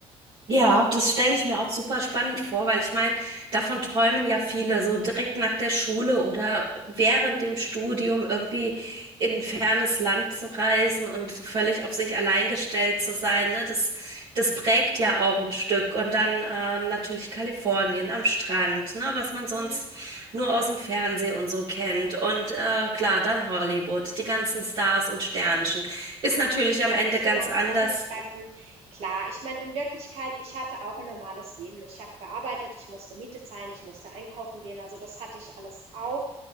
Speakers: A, on the right; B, on the right.
A: Ja, das stelle ich mir auch super spannend vor, weil ich meine, davon träumen ja viele, so direkt nach der Schule oder während dem Studium irgendwie in ein fernes Land zu reisen und so völlig auf sich allein gestellt zu sein, ne? Das, das prägt ja auch ein Stück. Und dann äh, natürlich Kalifornien am Strand, ne? Was man sonst
B: Mhm.
A: nur aus dem Fernsehen und so kennt. Und äh, klar, dann Hollywood, die ganzen Stars und Sternchen. Ist
B: Ja,
A: natürlich
B: dann
A: am
B: ab
A: Ende
B: und zu
A: ganz
B: mal ein
A: anders.
B: Promi treffen. Klar, ich meine, in Wirklichkeit, ich hatte auch ein normales Leben. Ich habe gearbeitet, ich musste Miete zahlen, ich musste einkaufen gehen, also das hatte ich alles auch.